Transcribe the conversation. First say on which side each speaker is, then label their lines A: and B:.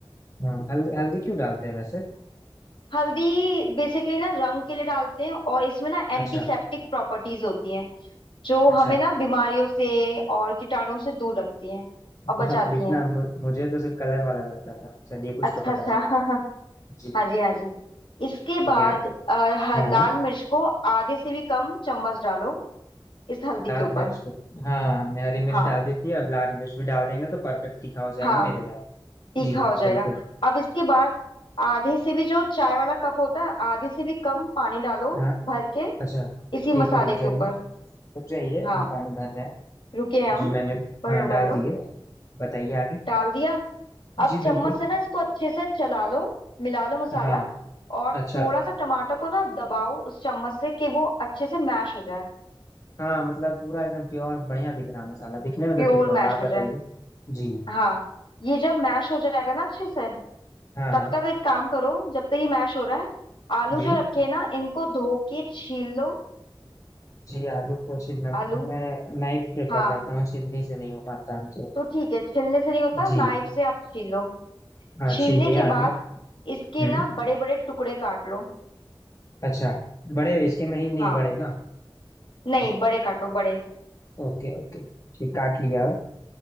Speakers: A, on the left (about 40°); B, on the left (about 70°).
A: हाँ हल्दी हल्दी क्यों डालते हैं वैसे
B: हल्दी बेसिकली ना रंग के लिए डालते हैं और इसमें ना एंटीसेप्टिक
A: अच्छा
B: प्रॉपर्टीज होती हैं जो
A: अच्छा
B: हमें ना बीमारियों से और कीटाणुओं से दूर रखती हैं और बचाती
A: बाप रे इतना
B: हैं
A: मु- मुझे तो सिर्फ कलर वाला लगता था चलिए कुछ
B: अच्छा
A: तो
B: अच्छा
A: पता चला
B: <laughs>
A: जी
B: हाँ जी हाँ जी इसके
A: चलिए
B: बाद
A: आगे।
B: अ, ह-
A: हाँ
B: लाल मिर्च को आधे से भी कम चम्मच डालो इस हल्दी के
A: लाल
B: ऊपर
A: मिर्च को हाँ मैं हरी मिर्च
B: हाँ
A: डाल देती है अब लाल मिर्च भी डाल देंगे तो परफेक्ट तीखा हो जाएगा
B: हाँ
A: मेरे लायक
B: तीखा
A: जी
B: हो जाएगा
A: बिल्कुल
B: अब इसके बाद आधे से भी जो चाय वाला कप होता है आधे से भी कम पानी डालो
A: हाँ
B: भर के
A: अच्छा
B: इसी
A: ठीक
B: मसाले
A: है रुक
B: के
A: जाइए
B: ऊपर
A: रुक जाइए
B: हाँ
A: हम पानी भर रहे हैं
B: रुके हैं हम
A: जी मैंने
B: भर
A: हाँ
B: लो भर
A: डाल
B: लो
A: दिए बताइए आगे
B: डाल दिया अब
A: जी
B: चम्मच
A: बिल्कुल
B: से ना इसको अच्छे से चला लो मिला लो मसाला
A: हाँ
B: और
A: अच्छा
B: थोड़ा सा टमाटर को ना दबाओ उस चम्मच से कि वो अच्छे से मैश हो जाए
A: हाँ मतलब पूरा एकदम प्योर बढ़िया दिख रहा मसाला दिखने में
B: प्योर
A: तो ठीक लग
B: मैश
A: रहा है। आप
B: हो
A: बताइए
B: जाए
A: जी
B: हाँ ये जब मैश हो जाएगा ना अच्छे से
A: हाँ
B: तब तक एक काम करो जब तक ये मैश हो रहा है आलू
A: जी
B: जो रखे हैं ना इनको धो के छील लो
A: जी आलू को छीलना
B: आलू
A: मैं नाइफ प्रेफर
B: हाँ
A: करता हूँ छिलनी से नहीं हो पाता हमसे
B: तो ठीक है छिलने से नहीं होता
A: जी
B: नाइफ से आप छील लो
A: हाँ
B: छीलने
A: छील लिया
B: के
A: आलू
B: बाद इसके
A: हम्म
B: ना बड़े बड़े टुकड़े काट लो
A: अच्छा बड़े इसके महीन नहीं
B: हाँ
A: बड़े ना
B: नहीं
A: जी
B: बड़े काटो बड़े
A: Okay okay ठीक काट लिया अब